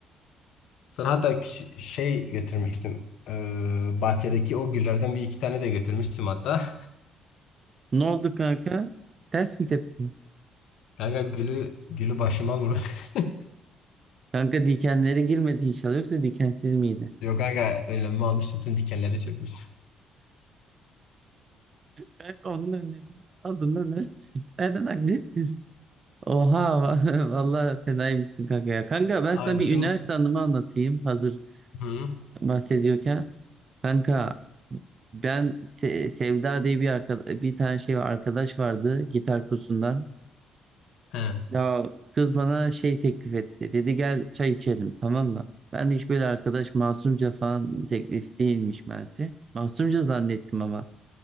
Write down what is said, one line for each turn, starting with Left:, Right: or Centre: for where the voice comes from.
Left: Sonra hatta küç- şey götürmüştüm. Eee, bahçedeki o güllerden bir iki tane de götürmüştüm hatta. <laughs>
Right: Ne oldu kanka? Ters mi tepki?
Left: Kanka gülü, gülü başıma vurdu. <laughs>
Right: Kanka dikenlere girmedi inşallah yoksa dikensiz miydi?
Left: Yok kanka önlemimi almıştım. Tüm dikenleri çökmüş.
Right: Kanka onun önlemi nasıl aldın lan? ne? <laughs> Nereden hallettin? Oha <laughs> vallahi fenaymışsın kanka ya. Kanka ben
Left: Aa,
Right: sana bir
Left: tüm...
Right: üniversite anımı anlatayım. Hazır
Left: Hı?
Right: bahsediyorken kanka ben Se- Sevda diye bir arka- bir tane şey arkadaş vardı gitar kursundan.
Left: He.
Right: Ya kız bana şey teklif etti. Dedi gel çay içelim tamam mı? Ben de hiç böyle arkadaş masumca falan bir teklif değilmiş meğerse. Masumca zannettim ama.